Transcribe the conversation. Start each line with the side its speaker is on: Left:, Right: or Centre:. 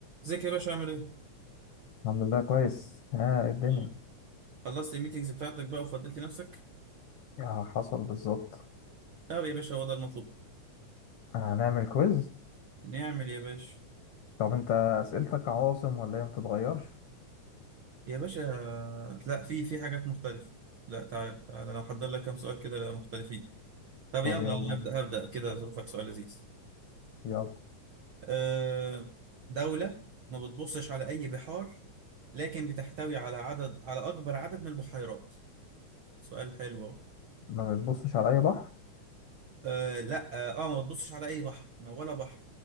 Right: ازيك يا باشا عامل ايه؟
Left: الحمد لله كويس ها
Right: الحمد
Left: إيه الدنيا
Right: لله. خلصت الميتينجز بتاعتك بقى وفضيت لنفسك؟
Left: آه حصل بالظبط
Right: طب يا باشا هو ده المطلوب
Left: هنعمل كويز
Right: نعمل يا باشا
Left: طب انت اسئلتك عواصم ولا هي ما بتتغيرش
Right: يا باشا لا في في حاجات مختلفة لا تعال تعال انا محضر لك كام سؤال كده مختلفين طب
Left: طب
Right: يلا انا
Left: يلا
Right: هبدأ هبدأ كده
Left: اسأل.
Right: ظروفك سؤال لذيذ
Left: يلا
Right: أه دولة ما بتبصش على أي بحار لكن بتحتوي على عدد على أكبر عدد من البحيرات سؤال حلو أهو.
Left: ما بتبصش على اي بحر
Right: أه لا اه آه، ما بتبصش على أي بحر ما- ولا بحر